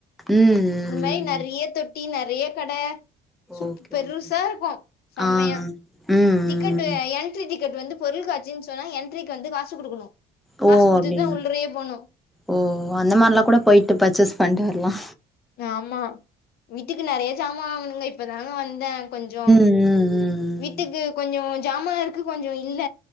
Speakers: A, in the centre; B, on the left.
A: ம்
B: இந்த மாரி
A: ம்.
B: நெறைய தொட்டி நெறைய கட சுப்
A: ஓகே
B: பெருசா
A: ஓகே
B: இருக்கு செமையா
A: ஆ ம் ம்
B: டிக்கெட்டு என்ட்ரி டிக்கெட் வந்து பொருள்காட்சினு சொன்னா என்ட்ரீக்கு வந்து காசு குடுக்கணு
A: ஓ
B: காசு குடுத்துட்டுதா
A: அப்டிங்கா
B: உள்ளறயே போணு
A: ஓ அந்த மாரிலா கூட போய்ட்டு பர்சேஸ் பண்ட்டு வர்லா
B: ஆமா வீட்டுக்கு நெறைய ஜாமா வாங்கனுங்க இப்பதாங்க வந்தே கொஞ்சோ
A: ம் ம் ம்
B: வீட்டுக்கு கொஞ்சோ ஜாமா இருக்கு கொஞ்சோ இல்ல